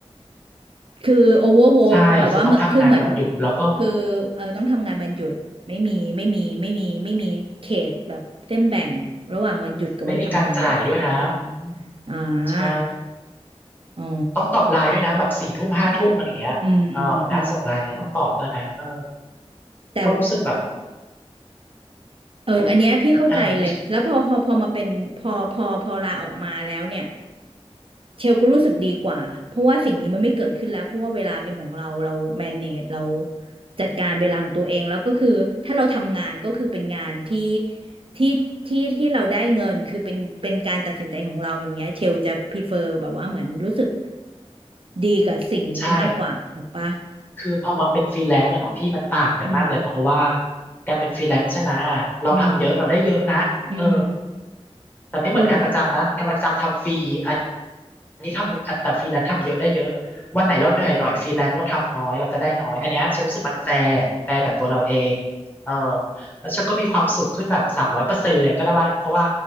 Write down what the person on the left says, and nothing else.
ใช่ คือต้องทำงานวันหยุดแล้วก็
ไม่มีการจ่ายด้วยนะอืม
ใช่
ต้องตอบไลน์ด้วยนะแบบสี่ทุ่มห้าทุ่มอะไรอย่างเงี้ยอ่าหัวหน้าส่งไลน์มาต้องตอบด้วยนะเออ
ก็รู้สึกแบบ
เออรู้สึก
ใช่ คือพอมันเป็นฟรีแลนซ์อะเนาะพี่มันต่างกันมากเลยเพราะว่า
การเป็นฟรีแลนซ์ใช่ไหม เราทำเยอะเราได้เยอะนะเออ
แต่ไม่เหมือนงานประจำนะงานประจำทำฟรีอัน
นนี้ทำอันแต่ฟรีแลนซ์ทำเยอะได้เยอะวันไหนเราเหนื่อยหน่อยฟรีแลนซ์เราทำน้อยเราก็ได้น้อยอันเนี้ยฉันรู้สึกมันแฟร์แฟร์กับตัวเราเองเออแล้วเชลก็มีความสุขขึ้นแบบสามร้อยเปอร์เซ็นต์เลยก็ได้ว่าเพราะว่า